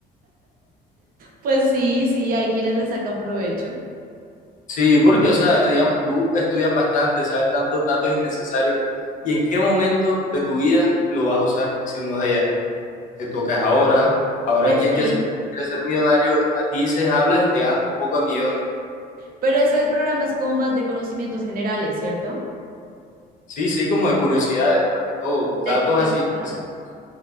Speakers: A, on the right (about 60°); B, on the left (about 50°).
A: Pues sí, sí, hay quienes le sacan provecho.
B: Sí, porque, o sea, digamos, tú estudias bastante, sabes tantos datos innecesarios. ¿Y en qué momento de tu vida lo vas a usar si no es allá? Te tocas ahora. Ahora
A: Pues
B: en quién
A: sí.
B: quiere ser millonario Ah, dices, hablas y te gastas un poco de millones.
A: Pero ese programa es como más de conocimientos generales, ¿cierto?
B: Sí, sí, como de curiosidades, más que todo, datos
A: De curiosidades.
B: así específicos.